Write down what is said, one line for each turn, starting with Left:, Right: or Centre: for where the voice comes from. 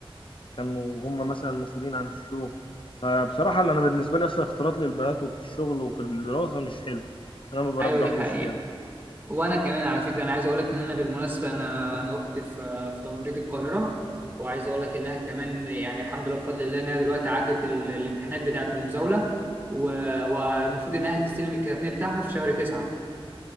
Left: كانوا هم مثلا مسؤولين عن الشغل فبصراحة اللي أنا بالنسبة لي أصلا اختلاط للبنات وفي الشغل وفي الدراسة مش حلو أنا ما برجحوش
Right: ايوه دي حقيقة
Left: يعني
Right: وانا كمان على فكرة انا عايز اقول لك ان انا بالمناسبة انا انا اختي في في تمريض القاهرة وعايز اقول لك انها كمان يعني الحمد لله بفضل الله انها دلوقتي عدت ال- الامتحانات بتاعة المزاولة و- والمفروض انها تستلم الكارنيه بتاعها في شهر تسعة